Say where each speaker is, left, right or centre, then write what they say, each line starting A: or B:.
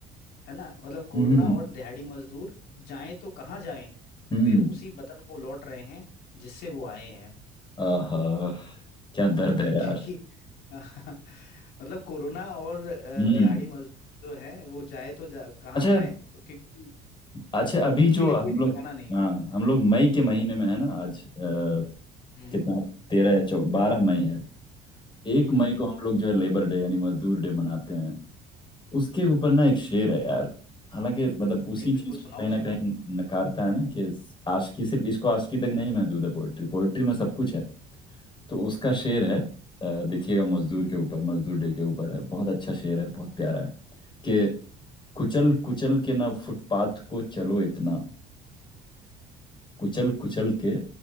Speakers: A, on the left; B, on the left.
A: है ना मतलब कोरोना
B: हम्म हम्म, हम्म।
A: और दिहाड़ी मजदूर जाएं तो कहाँ जाएं
B: हम्म
A: वे उसी वतन को लौट रहे हैं जिससे वो आए हैं
B: आहा क्या दर्द है यार
A: क्योंकि <laughs> मतलब कोरोना और अ,
B: हम्म
A: दिहाड़ी मजदूर जो है वो जाए तो जा, कहाँ
B: अच्छा
A: जाए क्योंकि
B: अच्छा अभी जो
A: उनके लिए
B: हम
A: कोई
B: लोग
A: ठिकाना नहीं है
B: हाँ हम लोग मई के महीने
A: हम्म
B: में है ना आज अ,
A: हम्म
B: कितना तेरह या चौ बारह मई है एक
A: हम्म,
B: मई
A: बिल्कुल
B: को हम लोग जो है लेबर डे यानी मजदूर डे मनाते हैं उसके ऊपर ना एक शेर है यार हालांकि मतलब उसी
A: नहीं बिल्कुल
B: चीज को
A: सुनाओ
B: कहीं ना
A: सुनाओ
B: कहीं नकारता है ना कि आशिकी सिर्फ इसको आशिकी तक नहीं महदूद है पोइट्री पोइट्री में सब कुछ है तो उसका शेर है अ, देखिएगा मजदूर के ऊपर मजदूर डे के ऊपर है बहुत अच्छा शेर है बहुत प्यारा है कि कुचल कुचल के ना फुटपाथ को चलो इतना कुचल कुचल के